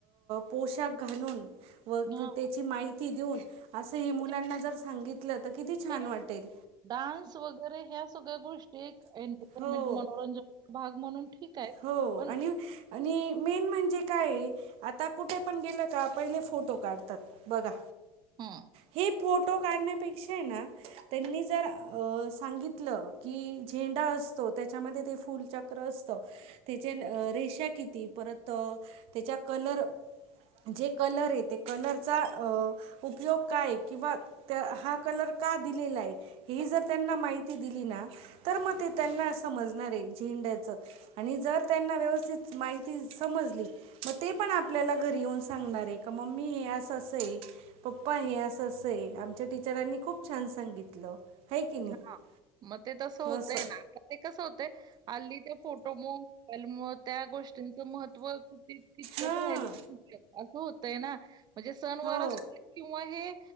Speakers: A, on the right; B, on the right.
A: पोशाख घालून व
B: हां,
A: त्याची माहिती देऊन. असंही मुलांना
B: म्हणजे
A: जर सांगितलं तर किती छान
B: ते
A: वाटेल.
B: डान्स वगैरे ह्या सगळ्या गोष्टी एक एंट एंटरटेनमेंट
A: हो
B: मनोरंजन भाग म्हणून ठीक
A: हो
B: पण
A: आणि आणि मेन म्हणजे काय हाय, आता कुठे पण गेलं का पहिले फोटो काढतात. बघा.
B: हम
A: हे फोटो काढण्यापेक्षा हेना त्यांनी जर सांगितलं की झेंडा अस असतो त्याच्यामध्ये ते फुलचक्र असतं. त्याचे रेषा किती परत त्याच्या कलर जे कलर आहे, ते कलरचा उपयोग काय किंवा हा कलर का दिलेला आहे, हे जर त्यांना माहिती दिली ना तर मग, त्यांना समजणार आहे झेंड्याचं, आणि जर त्यांना व्यवस्थित माहिती समजली. ते पण आपल्याला घरी येऊन सांगणारे का मम्मी हे असं असं आहे. पप्पा हे असं असंय आमच्या टीचरांनी खूप छान सांगितलं. आहे की नाही
B: हा मग ते तसं होतय
A: असं
B: ना आ ते कसं होतंय हल्ली ते फोटो म आणि मग त्या गोष्टींचं महत्त्व कितपत
A: हां
B: राहील. असं होतय ना म्हणजे सनवार
A: हो
B: असतुय. किंवा हे